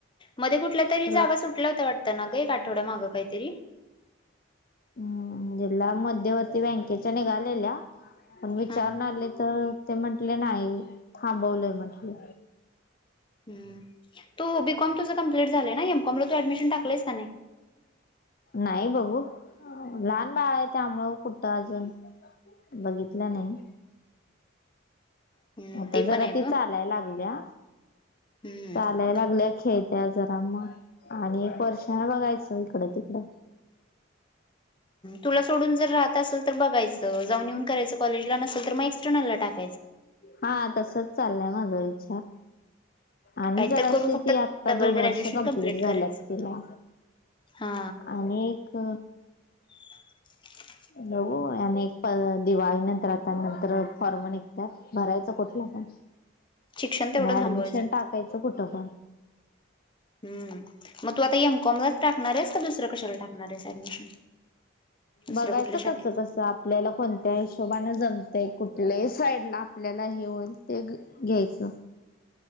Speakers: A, on the left; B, on the left.
A: मध्ये कुठल्या तरी
B: तुला
A: जागा सुटल्या होत वाटत. त्याना का एक आठवड मागं काहीतरी.
B: हम्म जिल्हा मध्यवर्ती बँकेच्या निघालेल्या. पण विचारून
A: हा
B: आले तर ते म्हंटले नाही, थांबवलंय म्हटले.
A: ह तू बीकॉम तुझं कंप्लीट झालं ना एमकॉमला. ऍडमिशन टाकलेस का नाही.
B: नाही बघू लहान बाळ आहे, त्यामुळं कुठं अजून बघितलं नाही.
A: हम्म
B: आता
A: ते
B: जरा
A: पण आहे
B: ती
A: ग
B: चालाय लागल्या
A: हम्म
B: चालाय लागल्या खेळ त्या जरा मग आणि एक वर्षान बघायचं इकडं तिकडं.
A: तुला सोडून जर राहत असेल, तर बघायचं जाऊन येऊन करायचं. कॉलेजला नसेल तर मग एक्सटर्नलला टाक.
B: हा तसच चाललंय माझा विचार. आणि
A: काहीतर
B: जरा अशी
A: करून फक्त
B: ती आता
A: डबल
B: दोन
A: ग्रॅज्युएशन
B: वर्ष कंप्लीट झाल्यात
A: करायचं
B: तिला.
A: हा
B: आणि एक.
A: <unintelligible>
B: बघू आणि दिवाळी नंतर आता नंतर फॉर्म निघतात. भरायचं कुठलं पण
A: शिक्षण तेवढं
B: नाही
A: थांबवायचं
B: ऍडमिशन टाकायचं कुठं पण.
A: हम् मग तू आता एमकॉम लाच टाकणार आहेस. का दुसरं कशाला टाकणार आहेस ऍडमिशन. दुसऱ्या
B: बघायचं
A: कुठल्या शाखेत
B: कस कस आपल्याला कोणत्या हिशोबाने जमतंय कुठ. आपले साईड ला आपल्याला हे होईल ते घ्यायचं.